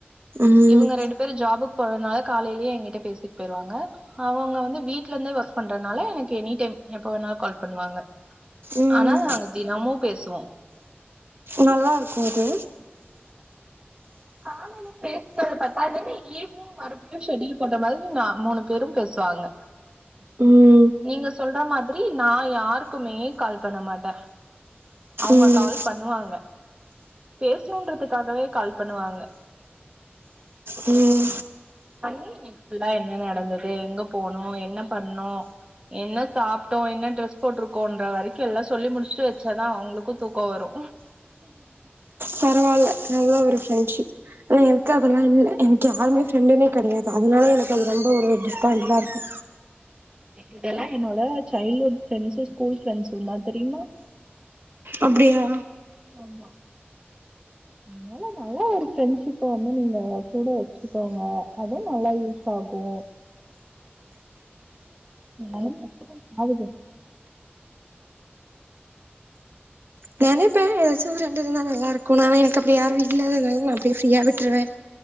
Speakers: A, on the right (about 65°); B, on the right (about 25°).
A: ம்
B: இவங்க ரெண்டு பேர் ஜாபுக்கு போறனால காலைலே எங்கிட்ட பேசிட்டு போய்ருவாங்க அவுங்க வந்து வீட்ல இருந்தே வொர்க் பண்றனால எனக்கு எனி டைம் எப்ப வேணா கால்ப் பண்ணுவாங்க
A: ம்
B: ஆனா நாங்க தினமு பேசுவோ
A: நல்லாருக்குங்கே
B: ஆனா நீப் பேச்னததப் பாத்தானென்னி ஈவினிங் மறுபுடியு ஷெடியூல் போட்ட மாதிரி நா மூனு பேரும் பேசுவாங்க
A: ம்
B: நீங்க சொல்ற மாதிரி நான் யாருக்குமே கால் பண்ண மாட்ட அவ்ங்க
A: ம்
B: கால் பண்ணுவாங்க பேசணுன்றதுக்காகவே கால் பண்ணுவாங்க
A: ம்
B: பண்ணி நேத்துபுல்லா என்ன நடந்த து எங்க போனோ என்ன பண்னோ என்ன சாப்ட்டோ என்ன ட்ரெஸ் போட்ருக்கோன்ற வரைக்கு எல்லா சொல்லி முடிச்சுட்டு வச்சாதா அவங்களுக்கு தூக்கோ வரு
A: பரவால்ல நல்ல ஒரு ஃப்ரெண்ட்ஷிப் ஆனா எனக்கு அதெல்லா இல்ல என்க்கு யாருமே ஃப்ரெண்டுனே கிடையாது அதனால எனக்கு அது ரொம்ப ஒரு டிஸபாயண்ட்டா இருக்கு
B: இதெல்லா என்னோட சைல்டுஹுட் ஃப்ரெண்ட்ஸ்சு ஸ்கூல் ஃப்ரெண்ட்ஸ்சு தா தெரியுமா
A: அப்டியா
B: ஆமா அதனால நல்ல ஒரு ஃப்ரெண்ட்ஷிப்ப வந்து நீங்க கூட வச்சுக்கோங்க அதுவு நல்லா யூஸ் ஆகு <unintelligible>
A: நெனப்பே ஏதாச்சு ரெண்டு இருந்தா நல்லா இருக்குனு ஆனா எனக்கு அப்டி யாரு இல்லாததுனால நா அப்டியே ஃப்ரீயா விட்ருவே